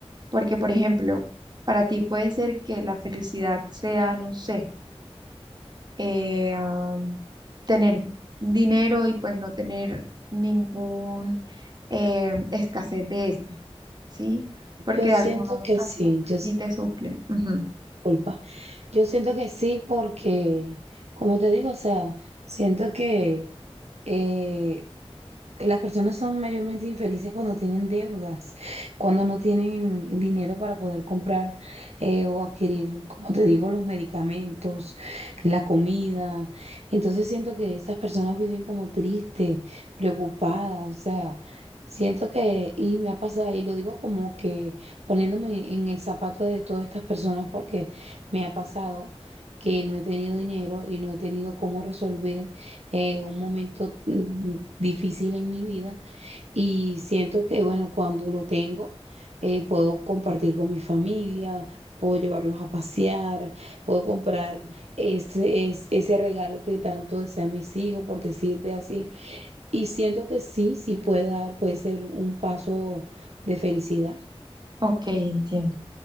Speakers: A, on the right; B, on the right.
A: porque, por ejemplo, para ti puede ser que la felicidad sea, no sé, eh, am, tener dinero y pues no tener ningún eh, escasez de esto ¿sí? Porque
B: Yo siento
A: de alguna u otra
B: que sí,
A: forma
B: yo,
A: sí te suple. Ujú.
B: culpa. Yo siento que sí, porque, como te digo, o sea, siento que eh, las personas son mayormente infelices cuando tienen deudas, cuando no tienen dinero para poder comprar eh, o adquirir, como te digo, los medicamentos, la comida. Entonces siento que esas personas viven como tristes, preocupadas, o sea, siento que, y me ha pasado, y lo digo como que poniéndome en el zapato de todas estas personas, porque me ha pasado que no he tenido dinero y no he tenido cómo resolver eh, un momento mm, difícil en mi vida y siento que, bueno, cuando lo tengo, eh, puedo compartir con mi familia, puedo llevarlos a pasear, puedo comprar ese, es- ese regalo que tanto desean mis hijos, por decirte así. Y siento que sí, sí puede dar, puede ser un paso de felicidad.
A: Ok, entiendo.